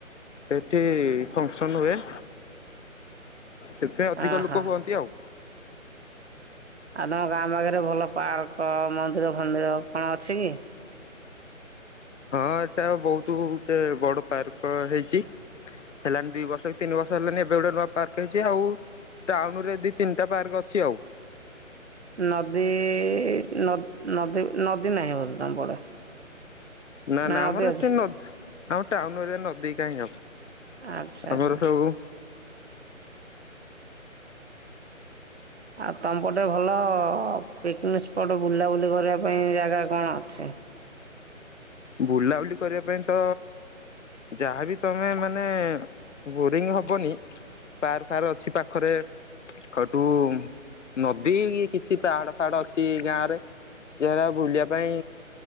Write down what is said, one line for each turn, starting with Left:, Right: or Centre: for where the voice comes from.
Left: ସେଠି ଫଙ୍କସନ ହୁଏ।
Right: <inaudible>
Left: ସେଥିପାଇଁ ଅଧିକ
Right: ଓହୋ।
Left: ଲୋକ ହୁଅନ୍ତି ଆଉ।
Right: ଆଉ ତମ ଗାଁ ପାଖରେ ଭଲ ପାର୍କ, ମନ୍ଦିର ଫନ୍ଦିର କଣ ଅଛି କି?
Left: ହଁ, ଏତା ବହୁତ ଗୋଟେ ବଡ ପାର୍କ ହେଇଛି। ହେଲାନି ଦୁଇ ବର୍ଷ କି ତିନି ବର୍ଷ ହେଲାନି ଏବେ ଗୋଟେ ନୂଆ ପାର୍କ ହେଇଛି ଆଉ ଟାଉନ ରେ ଦି, ତିନିଟା ପାର୍କ ଅଛି ଆଉ।
Right: ନଦୀ, ନଦୀ, ନଦୀ, ନାହିଁ ବୋଧେ ତମ ପଟେ।
Left: ନା, ନା
Right: ନଦୀ
Left: ଆମର
Right: ଅଛି?
Left: ଏଠି ନ ଆମ ଟାଉନ ଏରିଆ ନଦୀ କାହିଁ ହବ।
Right: ଆଚ୍ଛା ଆଚ୍ଛା।
Left: ଆମରସବୁ
Right: ଆଉ ତମ ପଟେ ଭଲ ପିକନିକ ସ୍ପଟ ବୁଲାବୁଲି କରିବା ପାଇଁ ଜାଗା କଣ ଅଛି?
Left: ବୁଲାବୁଲି କରିବା ପାଇଁ ତ ଯାହାବି ତମେ ମାନେ ବୋରିଙ୍ଗ ହବନି। ପାର୍କ, ଫାର୍କ ଅଛି ପାଖରେ ଖଟୁ ନଦୀ କିଛି ପାହାଡ, ଫାହାଡ଼, ଅଛି ଗାଁ ରେ <unintelligible> ବୁଲିବା ପାଇଁ